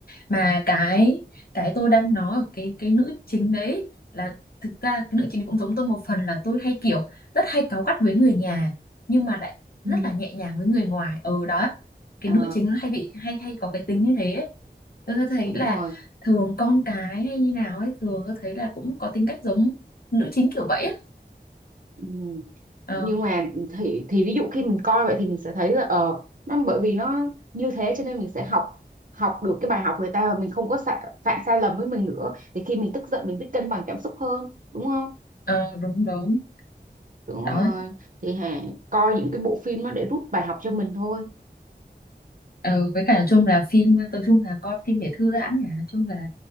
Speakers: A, on the left; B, on the right.
A: Mà cái cái tôi đang nói ở cái cái nữ chính đấy là thực ra cái nữ chính cũng giống tôi một phần là tôi hay kiểu rất hay cáu gắt với người nhà nhưng mà lại rất
B: Ừ.
A: là nhẹ nhàng với người ngoài. Ừ đó. Cái
B: Ờ,
A: nữ chính nó hay bị hay hay có cái tính như thế ấy. Tôi thấy
B: đúng
A: là
B: rồi
A: thường con cái hay như nào ấy thường tôi thấy là cũng có tính cách giống nữ chính kiểu vậy á
B: Ừ.
A: ờ
B: nhưng mà thì thì ví dụ khi mình coi vậy thì mình sẽ thấy là ờ nó bởi vì nó như thế cho nên mình sẽ học học được cái bài học người ta và mình không có sa, phạm sai lầm với mình nữa thì khi mình tức giận mình biết cân bằng cảm xúc hơn đúng không
A: ờ, đúng đúng
B: đúng
A: đó
B: rồi thì Hà coi những cái bộ phim nó để rút bài học cho mình thôi
A: ờ, với cả chung là phim tôi chung là coi phim để thư giãn nhỉ chung là